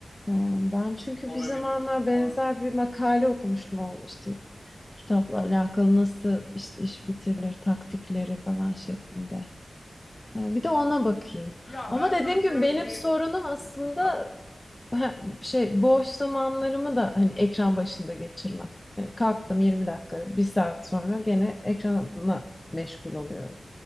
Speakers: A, on the left (about 20°); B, on the left (about 40°).
A: Ya Ben çünkü
B: Olabilir.
A: bir zamanlar benzer
B: On...
A: bir makale okumuştum o işte kitapla alakalı nasıl işte iş bitirilir taktikleri falan şeklinde. Ha, bir de ona bakayım.
B: Ya
A: Ama
B: ben
A: dediğim
B: sana
A: gibi
B: bir,
A: benim
B: bir
A: sorunum aslında
B: bak
A: ha, şey boş zamanlarımı da hani ekran başında geçirmem. Yani kalktım 20 dakika, bir saat sonra gene ekranla meşgul oluyorum.